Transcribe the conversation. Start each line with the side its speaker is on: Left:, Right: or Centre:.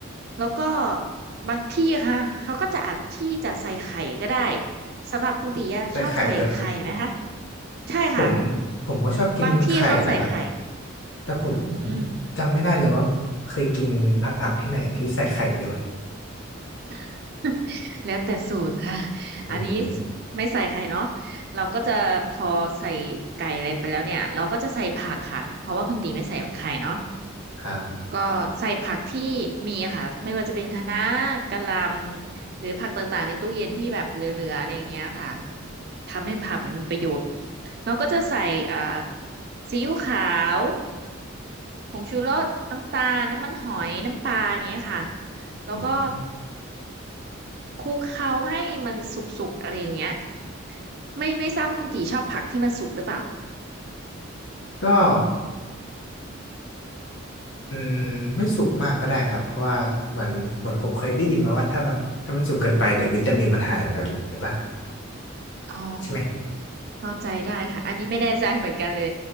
Right: แล้วก็บางที่ค่ะเขาก็จะอัดที่จะใส่ไข่ก็ได้สำหรับคุณตีอะชอบใส่ไข่ไหมคะ
Left: ใส่ไข่ด้วยเหรอครับ
Right: ใช่ค่ะ
Left: ผมผมก็ชอบกินไข่นะครับ
Right: บางที่เขาใส่ไข่
Left: แต่ผม
Right: อืม
Left: จำไม่ได้เลยว่าเคยกินผัดผักที่ไหนที่ใส่ไข่ด้วย
Right: <laughs> แล้วแต่สูตรค่ะ
Left: อืม
Right: อันนี้ไม่ใส่ไข่เนาะเราก็จะพอใส่ไก่อะไรไปแล้วเนี่ยเราก็จะใส่ผักค่ะเพราะว่าคุณตีไม่ใส่ไข่เนาะ
Left: ครับ
Right: ก็ใส่ผักที่มีอะค่ะไม่ว่าจะเป็นคะน้ากะหล่ำหรือผักต่างๆในตู้เย็นที่แบบเหลือๆอะไรอย่างเงี้ยค่ะทำให้ผักมันมีประโยชน์เราก็จะใส่อ่าซีอิ๊วขาวผงชูรสน้ำตาลน้ำมันหอยน้ำปลาอย่างเงี้ยค่ะแล้วก็
Left: อืม
Right: คลุกเคล้าให้มันสุกๆอะไรอย่างเงี้ยไม่ไม่ทราบคุณตีชอบผักที่มันสุกหรือเปล่า
Left: ก็อืมไม่สุกมากก็ได้ครับเพราะว่าเหมือนเหมือนผมเคยได้ยินมาว่าถ้ามันถ้ามันสุกเกินไปเดี๋ยววิตามินมันหายไปหรือเปล่า
Right: อ๋อ
Left: ใช่ไหม
Right: เข้าใจได้ค่ะอันนี้ไม่แน่ใจเหมือนกันเลย